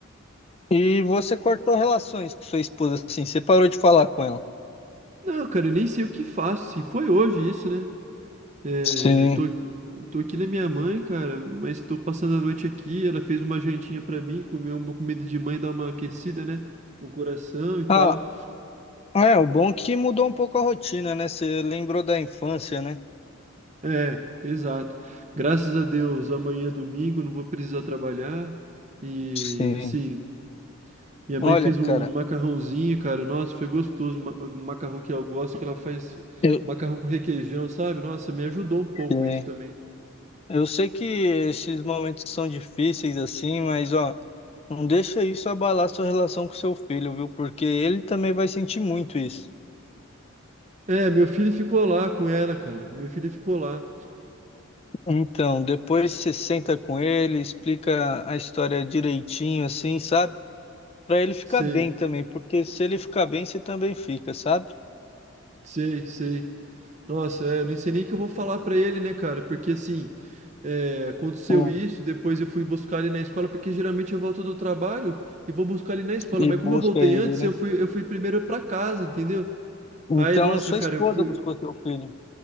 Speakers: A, on the left; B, on the right.
A: E você cortou relações com sua esposa, assim, você parou de falar com ela.
B: Não, cara, eu nem sei o que faço. Se foi hoje isso, né? É,
A: Sim.
B: eu tô, tô aqui na minha mãe, cara, mas tô passando a noite aqui. Ela fez uma jantinha pra mim, comeu uma comida de mãe, dá uma aquecida, né? No coração e tal.
A: Ah, É, o bom é que mudou um pouco a rotina, né? Você lembrou da infância, né?
B: É, exato. Graças a Deus, amanhã é domingo, não vou precisar trabalhar. E
A: Sim.
B: assim, minha
A: Olha,
B: mãe fez um
A: cara,
B: macarrãozinho, cara. Nossa, foi gostoso. ma- Um macarrão que eu gosto, que ela faz um
A: eu,
B: macarrão com requeijão, sabe? Nossa, me ajudou um pouco
A: sim.
B: isso também.
A: eu sei que esses momentos são difíceis, assim, mas, ó, não deixa isso abalar sua relação com seu filho, viu? Porque ele também vai sentir muito isso.
B: É, meu filho ficou lá com ela, cara. Meu filho ficou lá.
A: Então, depois você senta com ele, explica a história direitinho, assim, sabe? Pra ele ficar
B: Sei,
A: bem também, porque se ele ficar bem, você também fica, sabe?
B: sei, sei. Nossa, é, eu nem sei nem o que eu vou falar pra ele, né, cara? Porque assim, é, aconteceu
A: Hum.
B: isso, depois eu fui buscar ele na escola, porque geralmente eu volto do trabalho e vou buscar ele na escola,
A: E
B: mas
A: busca
B: como eu voltei
A: ele,
B: antes,
A: né?
B: eu fui, eu fui primeiro pra casa, entendeu?
A: Então,
B: Aí, nossa,
A: sua
B: cara,
A: esposa
B: eu fui.
A: buscou seu filho.